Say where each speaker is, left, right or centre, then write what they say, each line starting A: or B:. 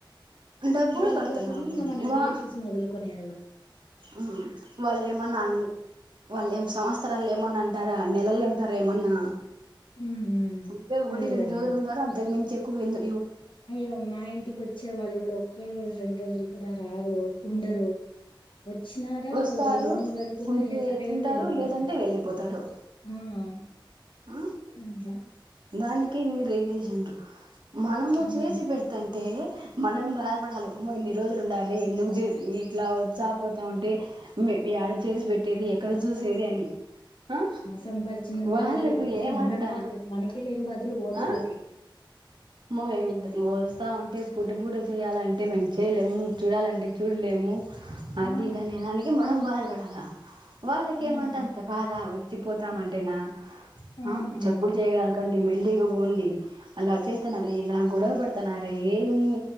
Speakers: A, on the right; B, on the left.
A: డబ్బులు
B: వాళ్ళ
A: కడతున్నాం
B: కోసం
A: మనం
B: ఇంక మన
A: వా
B: రిలేటివ్స్ ని వదులుకునేయాల
A: ఆ వాళ్లేమన్నా అన్ వాళ్ళు ఏమ సంవత్సరాలు ఏమన్నా అంటారా నెలలుంటారా ఏమన్నా
B: ఉమ్
A: వుంటే ఒకటి
B: అదే
A: రెండు
B: కదా
A: రోజులు ఉంటారు అంతకు మించి ఎక్కువందు
B: అయ్యో అమ్మా ఇంటికి వచ్చి వచ్చే వాళ్ళు కూడా ఒక్క రోజు రెండు రోజులు కూడా రారు ఉండరు వచ్చినారా
A: వస్తారు
B: ఒక ఈవినింగ్ వరకు ఉన్న
A: ఉంటే
B: ఎట్లా అయ్యో
A: తింటారు
B: వెళ్ళిపోతారు
A: లేదంటే వెళ్ళిపోతారు
B: ఆ <unintelligible>
A: ఆ దానికి ఇన్ని రేగేషన్ మనము
B: ఉమ్
A: చేసి పెడతంటే మనం బాధపడాలి అమ్మో ఇన్ని రోజులు ఉండాలే ఎందుకు ఇట్లా వచ్చా పోతా ఉంటే ఎడ చేసి పెట్టేది ఎక్కడ చూసేది ఆ
B: సంపాదించినంత
A: వాళ్ళు
B: వీళ్ళకి అయిపోతది
A: ఏమంటా
B: మనం బాధపడం మనకే లేని బాధలు ఓనర్లకి
A: ఆ మేమిస్తా
B: అదే
A: అంటే పూట పూట చేయాలంటే మేము చేయలేము చూడాలంటే చూడలేము అది
B: ఆ
A: ఇది అనేదానికి మనం బాధపడాలా వాళ్లకి
B: ఉమ్
A: ఏమంట అంత బాధ చచ్చిపోతామంటేనా
B: ఉమ్
A: ఆ చప్పుడు చేయగకండి మెల్లిగా పోండి అలా చేస్తానార ఇలా గొడవ బడ చెప్తున్నారు ఏమి